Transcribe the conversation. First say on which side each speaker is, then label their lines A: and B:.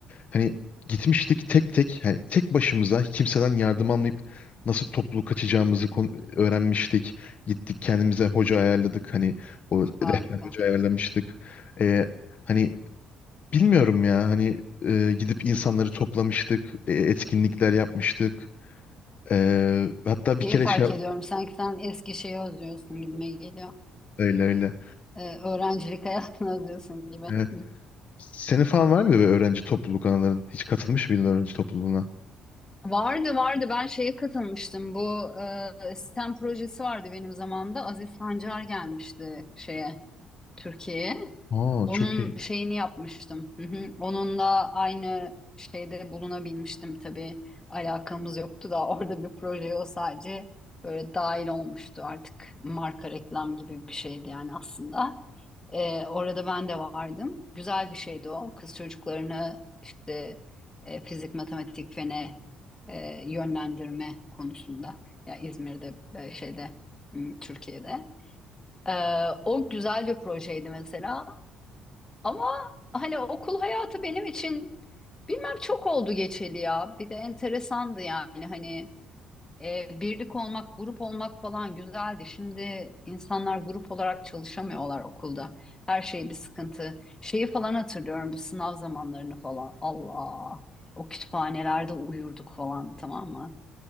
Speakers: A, on the left; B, on the left.
A: Hani gitmiştik tek tek hani tek başımıza kimseden yardım almayıp nasıl toplu kaçacağımızı kon- öğrenmiştik. Gittik kendimize hoca ayarladık hani o
B: Harika.
A: rehber hoca ayarlamıştık. Ee, hani bilmiyorum ya hani e, gidip insanları toplamıştık, e, etkinlikler yapmıştık. Ee, hatta bir
B: Şeyi
A: kere
B: fark
A: şey
B: ediyorum. Sanki sen eski şeyi özlüyorsun gibime geliyor.
A: öyle öyle.
B: Ee, öğrencilik <laughs> hayatını özlüyorsun gibi.
A: Evet.
B: Hı.
A: Senin falan var mıydı böyle öğrenci topluluk anıların? Hiç katılmış mıydın öğrenci topluluğuna?
B: Vardı vardı. Ben şeye katılmıştım. Bu e, sistem projesi vardı benim zamanımda. Aziz Sancar gelmişti şeye. Türkiye'ye.
A: Aa
B: Onun
A: çok iyi.
B: şeyini yapmıştım. Hı hı. Onunla aynı şeyde bulunabilmiştim tabii. Alakamız yoktu da orada bir proje o sadece böyle dahil olmuştu artık marka reklam gibi bir şeydi yani aslında. Ee, orada ben de vardım. Güzel bir şeydi o. Kız çocuklarını işte e, fizik, matematik, fene e, yönlendirme konusunda. Ya İzmir'de e, şeyde m, Türkiye'de. Ee, o güzel bir projeydi mesela. Ama hani okul hayatı benim için bilmem çok oldu geçeli ya. Bir de enteresandı yani hani e, birlik olmak, grup olmak falan güzeldi. Şimdi insanlar grup olarak çalışamıyorlar okulda. Her şey bir sıkıntı. Şeyi falan hatırlıyorum bu sınav zamanlarını falan. Allah. O kütüphanelerde uyurduk falan tamam mı?